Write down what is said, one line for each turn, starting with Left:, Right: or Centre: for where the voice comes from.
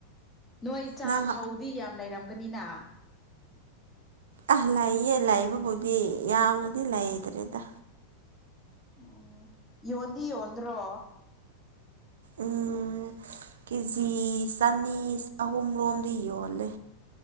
Left: ꯅꯣꯏ ꯆꯥꯛ
Right: ꯅꯪ
Left: ꯐꯧꯗꯤ ꯌꯥꯝ ꯂꯩꯔꯝꯒꯅꯤꯅ
Right: ꯑꯥ ꯂꯩꯌꯦ ꯂꯩꯕꯕꯨꯗꯤ ꯌꯥꯝꯅꯗꯤ ꯂꯩꯇ꯭ꯔꯦꯗ
Left: ꯑꯣ ꯌꯣꯟꯗꯤ ꯌꯣꯟꯗ꯭ꯔꯣ
Right: ꯎꯝ ꯀꯦꯖꯤ ꯆꯅꯤ ꯆꯍꯨꯝꯔꯣꯝꯗꯤ ꯌꯣꯜꯂꯦ